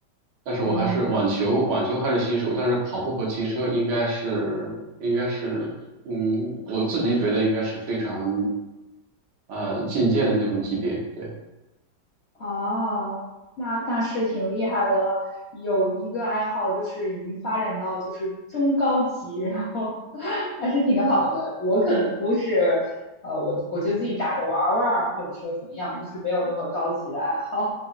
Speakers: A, on the right; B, on the left.
A: 但是我还是网球，
B: 嗯。
A: 网球还是新手，但是跑步和骑车应该是应该是，嗯，我自己觉得应该是非常呃进阶的那种级别，对。
B: 哦，那那是挺厉害的了。有一个爱好就是已经发展到就是中高级，然后 <laughs> 还是挺好的。我可能都是，呃，我我就自己打着玩儿玩儿，或者说怎么样，就是没有那么高级的爱好。